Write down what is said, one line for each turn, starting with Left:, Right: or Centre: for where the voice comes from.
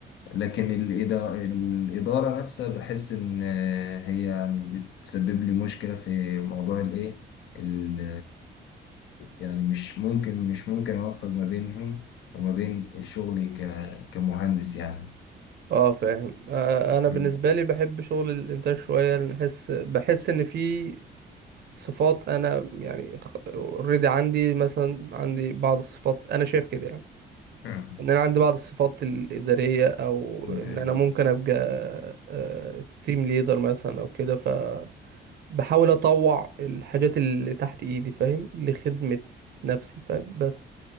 Left: لكن الإدا- الإدارة نفسها بحس إن هي يعني بتسبب لي مشكلة في موضوع الإيه ال- يعني مش ممكن مش ممكن أوفق ما بينهم وما بين شغلي ك- كمهندس يعني
Right: اه فاهم آه انا
Left: مم.
Right: بالنسبه لي بحب شغل الانتاج شويه لان احس بحس ان في صفات انا يعني اوريدي عندي مثلا عندي بعض الصفات انا شايف كده يعني
Left: مم.
Right: ان انا عندي بعض الصفات الاداريه او
Left: انتهينا.
Right: ان انا ممكن ابقى تيم ليدر مثلا او كده فبحاول اطوع الحاجات اللي تحت ايدي فاهم لخدمه نفسي فاهم بس